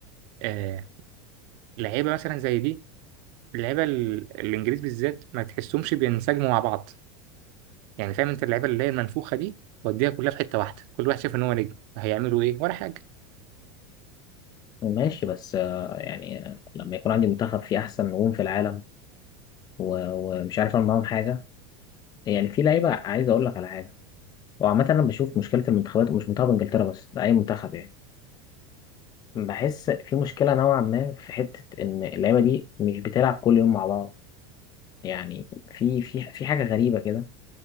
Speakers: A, on the right; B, on the left.
A: آه لعيبة مثلا زي دي اللعيبة ال- الإنجليز بالذات ما تحسهمش بينسجموا مع بعض يعني فاهم أنت اللعيبة اللي هي المنفوخة دي وديها كلها في حتة واحدة كل واحد شايف إن هو نجم هيعملوا إيه ولا حاجة
B: ماشي بس آه، يعني آه، لما يكون عندي منتخب فيه أحسن نجوم في العالم و... ومش عارف أعمل معاهم حاجة يعني في لعيبة عايز أقول لك على حاجة وعامة أنا بشوف مشكلة المنتخبات ومش منتخب إنجلترا بس ده أي منتخب يعني بحس في مشكلة نوعا ما في حتة إن اللعيبة دي مش بتلعب كل يوم مع بعض يعني في في في حاجة غريبة كده